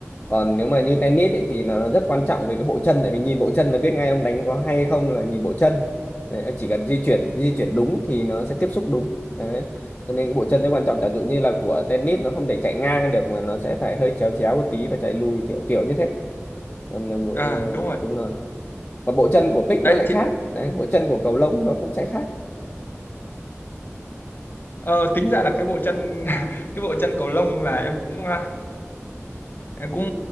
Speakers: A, on the left; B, on the left.
A: còn nếu mà như tennis ấy, thì là nó rất quan trọng về cái bộ chân tại vì nhìn bộ chân là biết ngay ông đánh có hay hay không là nhìn bộ chân đấy, chỉ cần di chuyển di chuyển đúng thì nó sẽ tiếp xúc đúng đấy cho nên cái bộ chân rất quan trọng chẳng dụ như là của tennis nó không thể chạy ngang được mà nó sẽ phải hơi chéo chéo một tí và chạy lùi kiểu kiểu như thế còn là bộ-
B: à
A: ờ,
B: đúng rồi
A: đúng rồi và bộ chân của pick
B: đấy
A: nó lại
B: thì
A: khác đấy bộ chân của cầu lông nó cũng sẽ khác
B: ờ, tính ra là cái bộ chân <laughs> cái bộ chân cầu lông là em cũng à, em cũng